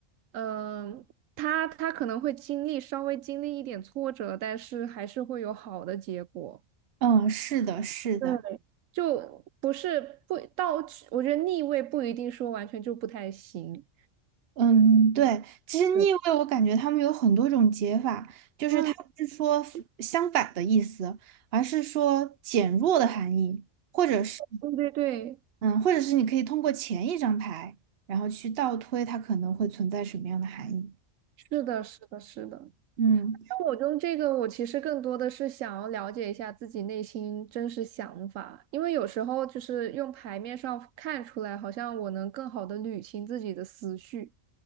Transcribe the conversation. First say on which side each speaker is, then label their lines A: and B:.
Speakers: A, on the right (about 85°); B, on the right (about 55°).
A: 嗯、他他可能会经历稍微经历一点挫折，但是还是会有好的结果。
B: 嗯，是的，是的，
A: 对。就不是不到，我觉得逆位不一定说完全就不太行。
B: 嗯，对。其实逆位，
A: 对，
B: 我感觉他们有很多种解法，就是它不是说相反的意思，
A: 嗯，
B: 而是说减弱的含义，或者是
A: 对对对，
B: 嗯，或者是你可以通过前一张牌，然后去倒推它可能会存在什么样的含义。
A: 是的，是的，是的。
B: 嗯。
A: 那我用这个，我其实更多的是想要了解一下自己内心真实想法，因为有时候就是用牌面上看出来，好像我能更好的捋清自己的思绪。